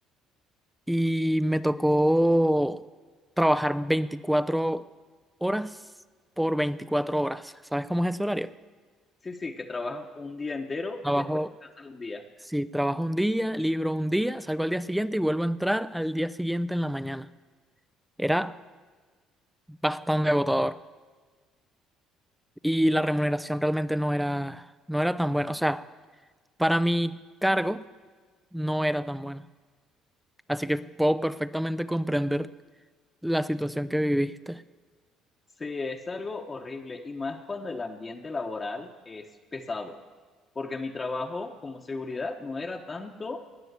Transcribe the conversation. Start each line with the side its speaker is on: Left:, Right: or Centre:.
Centre: Y me tocó trabajar 24 horas por 24 horas. ¿Sabes cómo es ese horario?
Left: Sí, sí, que trabajas un día entero
Centre: Trabajo,
Left: y después descansas un día.
Centre: sí, trabajo un día, libro un día, salgo al día siguiente y vuelvo a entrar al día siguiente en la mañana. Era bastante agotador y la remuneración realmente no era, no era tan buena. O sea, para mi cargo no era tan buena. Así que puedo perfectamente comprender la situación que viviste.
Left: Sí, es algo horrible y más cuando el ambiente laboral es pesado, porque mi trabajo como seguridad no era tanto